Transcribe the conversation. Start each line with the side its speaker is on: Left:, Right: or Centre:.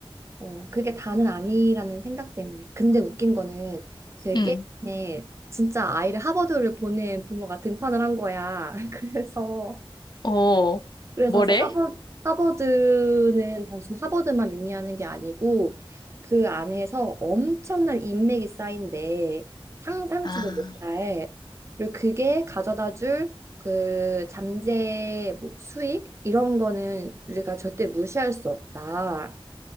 Right: 어, 그게 다는 아니라는 생각 때문에. 근데 웃긴 거는 제
Left: 응.
Right: 게임에 진짜 아이를 하버드를 보낸 부모가 등판을 한 거야. <laughs> 그래서
Left: 어,
Right: 그래서
Left: 뭐래?
Right: 이제 하버드, 하버드는 단순 하버드만 의미하는 게 아니고 그 안에서 엄청난 인맥이 쌓인데 상상치도
Left: 아,
Right: 못할 그리고 그게 가져다 줄그 잠재 뭐 수익 이런 거는 우리가 절대 무시할 수 없다.